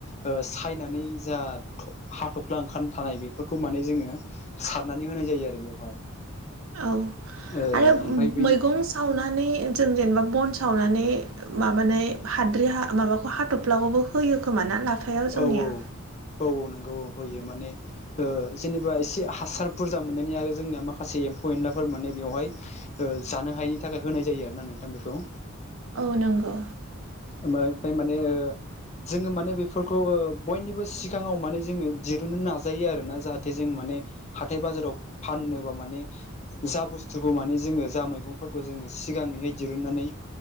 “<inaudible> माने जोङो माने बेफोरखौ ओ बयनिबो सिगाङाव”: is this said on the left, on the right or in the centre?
Left